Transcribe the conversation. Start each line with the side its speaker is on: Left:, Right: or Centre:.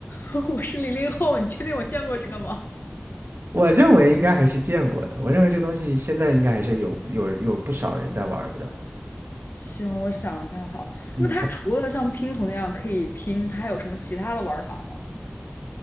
Left: <laughs> 我是零零后，你确定我见过这个吗？
Right: 我认为应该还是见过的，我认为这个东西现在应该还是有有有不少人在玩儿的。
Left: 行，我想一下哈。
Right: 嗯，
Left: 那它除了像拼图那样可以拼，
Right: 它
Left: 它还有什么其他的玩儿法吗？